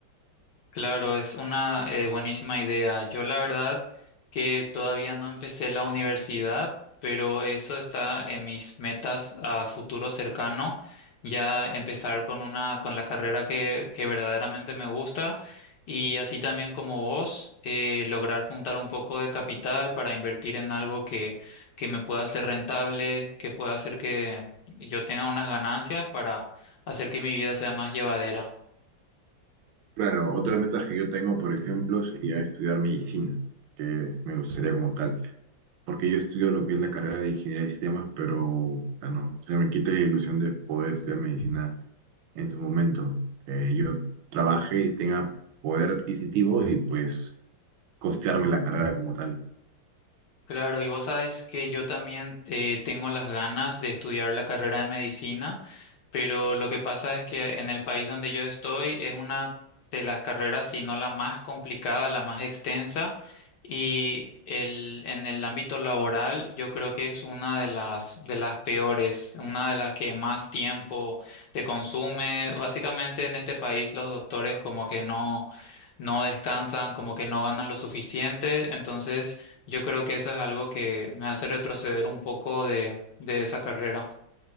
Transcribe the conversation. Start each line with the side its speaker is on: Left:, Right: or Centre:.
Left: Claro, es una eh, buenísima idea. Yo la verdad que todavía no empecé la universidad, pero eso está en mis metas a futuro cercano, ya empezar con una, con la carrera que, que verdaderamente me gusta y así también como vos, eh, lograr juntar un poco de capital para invertir en algo que, que me pueda ser rentable, que pueda hacer que yo tenga unas ganancias para hacer que mi vida sea más llevadera.
Right: Claro, otra meta que yo tengo, por ejemplo, sería estudiar medicina, que me gustaría como tal. Porque yo estudio lo que es la carrera de ingeniería de sistemas, pero bueno, se me quita la ilusión de poder estudiar medicina en su momento, que yo trabaje y tenga poder adquisitivo y pues costearme la carrera como tal.
Left: Claro, y vos sabes que yo también eh, tengo las ganas de estudiar la carrera de medicina, pero lo que pasa es que en el país donde yo estoy es una de las carreras, si no la más complicada, la más extensa, y el, en el ámbito laboral yo creo que es una de las, de las peores, una de las que más tiempo te consume. Básicamente en este país los doctores como que no, no descansan, como que no ganan lo suficiente, entonces... Yo creo que eso es algo que me hace retroceder un poco de, de esa carrera.